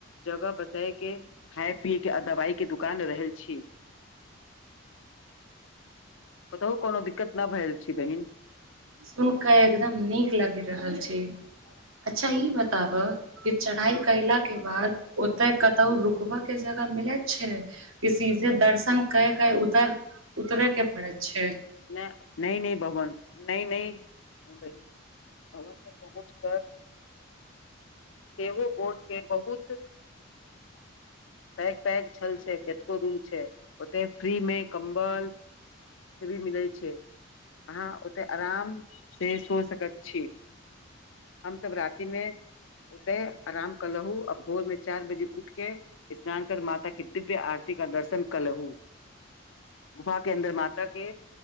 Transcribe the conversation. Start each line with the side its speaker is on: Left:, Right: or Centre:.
Left: जगह बसे के खाय पी के दवाई के दुकान रहे छी कतहु कोनो दिक्कत न भेल छी बहिन।
Right: सुन के एकदम नीक लागि रहल छी अच्छा ई बताब कि चढ़ाई कयला के बाद ओते कतहु रुकबा के जगह मिलैत छै की सीधे दर्शन कय के उतर उतरे के पड़े छै।
Left: नय नहि नहि भगन नहि नहि बहिन भवन पर पहुँच पर कर सेहो बोर्ड के बहुत पैक पैक छल छै केतको रूम छै ओतय फ्री मे कम्बल फ्री भी मिलै छै अहाँ ओते आराम से सो सकत छी हम सब राति मे ओते आराम कलहु अब भोर मे चार बजे उठ के स्नान कर माता के दिव्य आरती क दर्शन कलहु गुफा के अन्दर माता के